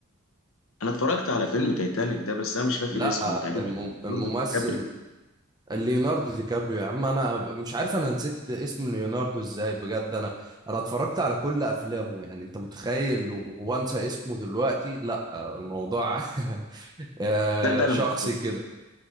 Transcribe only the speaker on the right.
لا
الم... الممثل
ليوناردو دي كابريو يا عم انا مش عارف انا نسيت اسم ليوناردو ازاي بجد انا انا اتفرجت على كل افلامه يعني انت متخيل وانسى اسمه دلوقتي لا الموضوع <laughs> آه،
شخصي
كده